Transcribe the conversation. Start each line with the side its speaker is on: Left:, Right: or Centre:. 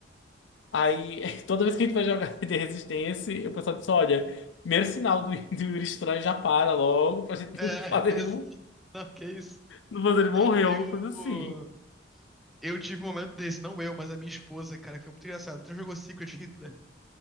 Left: Aí <laughs> toda vez que a gente vai jogar <laughs> de Resistência, o pessoal disse: olha. Primeiro sinal do, do Yuri Estranho já para logo pra gente
Centre: É, <laughs>
Left: não fazer ele, mo-
Centre: não, que isso.
Left: não fazer ele morrer,
Centre: Não, eu.
Left: alguma coisa assim.
Centre: Eu tive um momento desse, não eu, mas a minha esposa, cara, que foi muito engraçado. Tu jogou Secret Hitler?